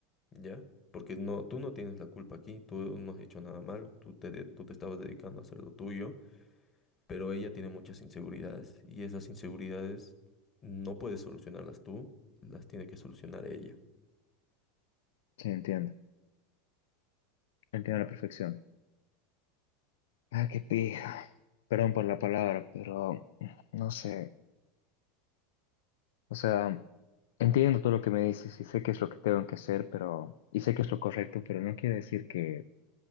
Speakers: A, on the left; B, on the left.
A: ¿ya? Porque no, tú no tienes la culpa aquí, tú no has hecho nada malo, tú te, de- tú te estabas dedicando a hacer lo tuyo, pero ella tiene muchas inseguridades y esas inseguridades no puedes solucionarlas tú, las tiene que solucionar ella.
B: Sí, entiendo. Entiendo a la perfección. Ah, qué pija. Perdón por la palabra, pero no sé. O sea, entiendo todo lo que me dices y sé qué es lo que tengo que hacer, pero y sé que es lo correcto, pero no quiere decir que